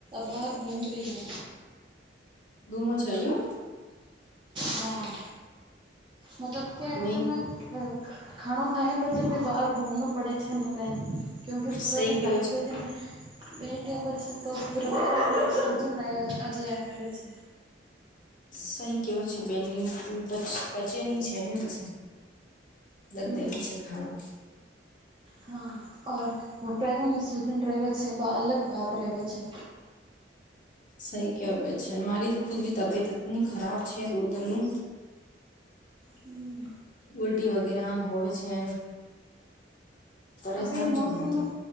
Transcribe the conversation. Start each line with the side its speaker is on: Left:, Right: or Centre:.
Right: બહાર ઘુમ રહી.
Left: ઘુમો છો યુ
Right: હા મતલબ
Left: મે
Right: કેને અ ખાણો ખાયા પર ત ભી બહાર ઘુમણો પડે અચ્છા ના પેન ક્યુક કે પૂરા
Left: સહી
Right: દીન
Left: કેવો
Right: લાઈબ્રેરીમાં
Left: છે
Right: બેેટ્યા પછી તો પૂરાજ અજયા કરે છે.
Left: સહી કેવો છે બેન પ પચેની છે ને પછી લગ
Right: હમ
Left: દેવે છે ખાણું
Right: હા પેરોમાં સૂજન રહેવે છે બ અલગ બાત રહેવે છે.
Left: સહી કેવા છે મારી ખુદરી તબિયત એટની ખરાબ છે ગોધનનું
Right: હમ
Left: ઉલટી વગેરા હોવે છે. પરેશાન
Right: અભી મોસમ
Left: છું મે તો